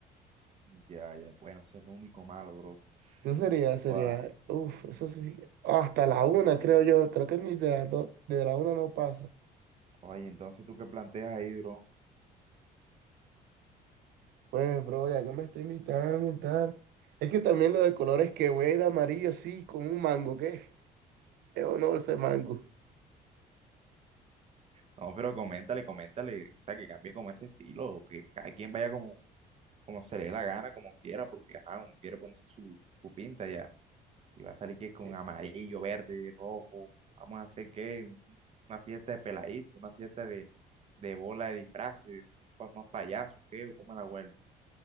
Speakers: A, on the right (about 40°); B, on the right (about 70°).
A: Ya, ya. Bueno, ese es lo único malo, bro.
B: Eso sería, sería,
A: Oa-
B: uff, eso sí, hasta la una creo yo, creo que ni de la, do- de la una no pasa.
A: Oye, entonces tú qué planteas ahí, bro.
B: Pues, bro, ya que me está invitando y tal. Es que también lo de colores que voy a ir de amarillo, sí, como un mango, ¿qué? Es honor ese mango.
A: No, pero coméntale, coméntale, o sea, que cambie como ese estilo, o que cada quien vaya como, como se le dé la gana, como quiera, porque ajá, uno quiere ponerse su, su pinta ya. Y va a salir que con
B: Eh,
A: amarillo, verde, rojo. Vamos a hacer que una fiesta de peladito, una fiesta de, de bola de disfraces, pa- unos payasos, ¿qué? ¿O cómo es la vuelta?